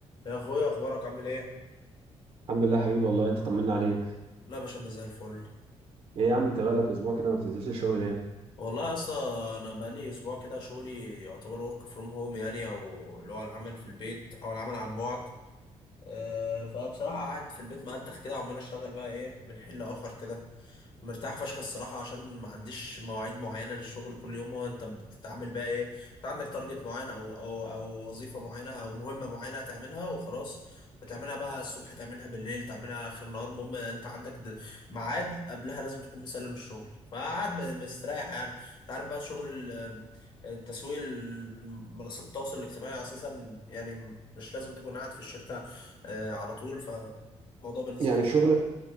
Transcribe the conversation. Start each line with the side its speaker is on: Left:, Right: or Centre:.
Left: يا اخويا اخبارك عامل ايه
Right: الحمد لله حبيبي والله انت طمنا عليك
Left: لا يا باشا انا زي الفل
Right: ايه يا عم انت بقالك اسبوع كده ما بتنزلش الشغل ليه
Left: والله يا اسطى انا بقالي اسبوع كده شغلي يعتبر ورك فروم هوم يعني او اللي هو العمل في البيت او العمل عن بعد أه فبصراحه قاعد في البيت ما انتخ كده وعمال اشتغل بقى ايه من حل اخر كده مرتاح فشخ الصراحة عشان ما عنديش مواعيد معينة للشغل كل يوم هو انت بتتعامل بقى ايه انت عندك تارجت معين او او او وظيفة معينة او مهمة معينة هتعملها وخلاص بتعملها بقى الصبح تعملها بالليل تعملها اخر النهار المهم انت عندك د- ميعاد قبلها لازم تكون مسلم الشغل فقعد م- مستريح يعني انت عارف بقى شغل ال- التسويق ال- منصات التواصل الاجتماعي اساسا يعني مش لازم تكون قاعد في الشركة آه، على طول فالموضوع بالنسبة
Right: يعني الشغل
Left: لي